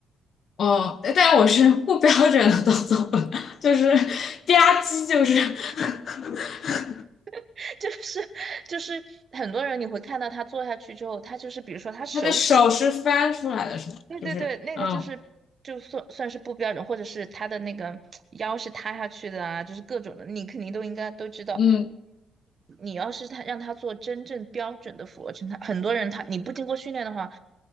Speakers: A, on the left; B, on the right.
A: 哦，但我是不标准的动作，就是 <laughs> 吧唧，就是 <laughs>
B: <laughs> 就是就是很多人你会看到他做下去之后，他就是比如说他手肿，
A: 他的手是翻出来的，是吗？
B: 对对对，
A: 就是嗯
B: 那个就是就算算是不标准，或者是他的那个腰是塌下去的啊，就是各种的，你肯定都应该都知道。
A: 嗯，
B: 你要是他让他做真正标准的俯卧撑，他很多人他你不经过训练的话，